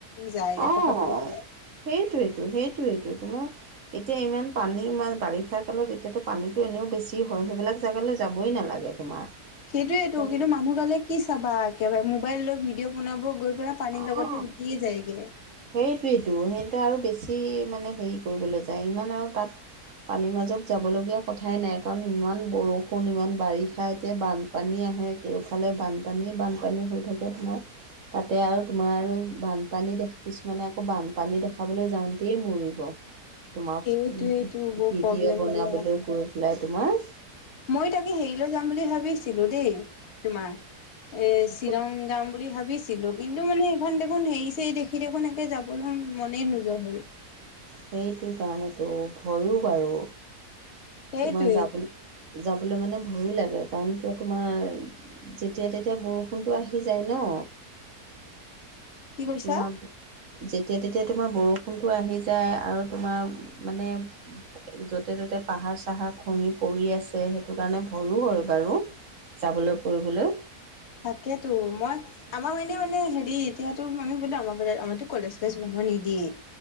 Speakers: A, on the left; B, on the right.
A: যায়
B: অ',
A: আকৌ সাঁতুৰিবলৈ।
B: সেইটোৱেইটো, সেইটোৱেইটো। তোমাৰ এতিয়া ইমান পানী মা বাৰিষা কালত এতিয়াতো পানীটো এনেও বেছি হয়। সেইবিলাক জেগালৈ যাবই নালাগে। তোমাৰ।
A: সেইটোয়েতো
B: সেইবি
A: কিন্তু মানুহগালে কি চাবা? একেবাৰে মোবাইল লৈ ভিডিঅ' বনাব গৈ পেলাই পানীৰ
B: অ'।
A: লগতে উটিয়ে যায়গে।
B: সেইটোৱেইটো, সিহঁতে আৰু বেছি মানে হেৰি কৰিবলৈ যায়। ইমান আৰু তাত পানীৰ মাজত যাবলগীয়া কথাই নাই, কাৰণ ইমান বৰষুণ, ইমান বাৰিষা, এতিয়া বান পানী আহে, কেওফালে বানপানী-বানপানী হৈ থাকে তোমাৰ। তাতে আৰু তোমাৰ আৰু বানপানী দেখি, কিছুমানে আকৌ বানপানী দেখাবলৈ যাওঁতেই মৰিব। তোমাৰ
A: সেইটোৱেইটো
B: ভিডিঅ'
A: বৰ প্ৰব্লেম
B: বনাবলৈ
A: দিয়া।
B: গৈ পেলাই তোমাৰ।
A: মই তাকে হেৰিলৈ যাম বুলি ভাবিছিলোঁ দেই, তোমাৰ। এ
B: বহুত
A: শ্বিলং যাম বুলি ভাবিছোঁ। ছিলো কিন্তু, মানে সেইখন দেখোন হেৰি-চেৰি দেখি দেখোন একে যাবলৈ মনেই নোযোৱা হ'ল।
B: সেইটো কাৰণেতো, ভয়ো বাৰু।
A: সেইটোৱে
B: তোমাৰ যাবলৈ যাবলৈ মানে ভয়ো লাগে কাৰণ কিয় তোমাৰ যেতিয়া তেতিয়া বৰষুণটো আহি যায় ন?
A: কি কৈছা?
B: তোমাৰ যেতিয়া তেতিয়া তোমাৰ বৰষুণটো আহি যায়, আৰু তোমাৰ মানে য'তে ততে পাহাৰ চাহাৰ খহি পৰি আছে। সেইটো কাৰণে ভয়ো হয় বাৰু, যাবলৈ কৰিবলৈ।
A: তাকেতো মই আমাৰ মেনেই মানে হেৰি, এতিয়াতো আমি বোলো, আমাৰ বোলে আমাৰতো কলেজ চলেজ বন্ধ নিদিয়েই।